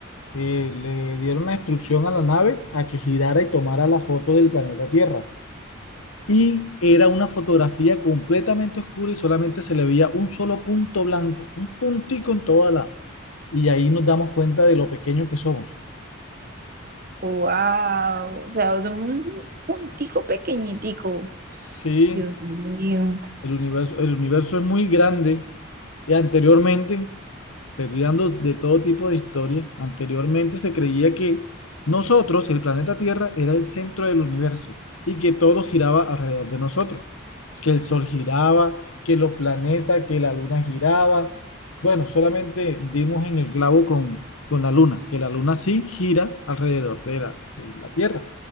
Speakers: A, on the left; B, on the right.
A: eh, le dieron la instrucción a la nave a que girara y tomara la foto del planeta Tierra. Y era una fotografía completamente oscura y solamente se le veía un solo punto blanco, un puntico en toda la... Y ahí nos damos cuenta de lo pequeños que somos.
B: Wow, o sea, es un puntico pequeñitico.
A: Sí,
B: Dios mío.
A: el universo, el universo es muy grande. Y anteriormente Te estoy dando de todo tipo de historia. Anteriormente se creía que nosotros, el planeta Tierra, era el centro del universo y que todo giraba alrededor de nosotros. Que el Sol giraba, que los planetas, que la Luna giraba. Bueno, solamente dimos en el clavo con, con la Luna, que la Luna sí gira alrededor de la, de la Tierra,